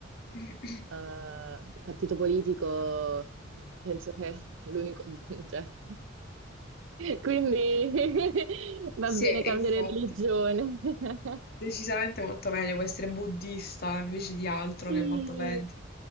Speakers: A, on the left (about 50°); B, on the right (about 70°).
A: Eh,
B: eh, partito politico, penso che è l'unico, cioè. Quindi <laughs> va
A: sì,
B: bene cambiare
A: infatti,
B: religione. <laughs>
A: decisamente molto meglio può essere buddista invece di altro
B: Sì,
A: che è molto peggio.